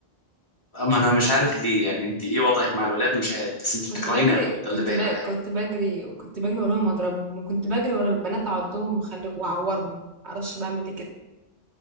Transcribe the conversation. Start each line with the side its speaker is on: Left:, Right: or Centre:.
Left: ما انا مش عارف ليه يعني انت ايه وضعك مع الولاد مش عارف بس انت
Right: كنت
Left: بتكرهيني
Right: بجري
Left: قوي
Right: كنت
Left: ده اللي باين
Right: ب... كنت
Left: عليا
Right: بجري كنت بجري وراهم اضربهم وكنت بجري ورا البنات اعضهم وخلي... واعورهم معرفش بعمل ايه كده